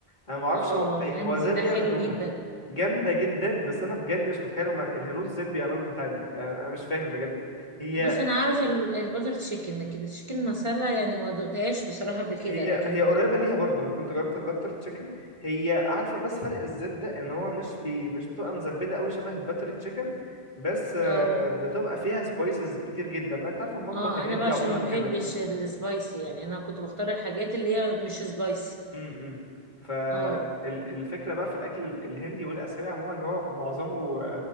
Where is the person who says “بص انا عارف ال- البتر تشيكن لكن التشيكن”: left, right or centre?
Right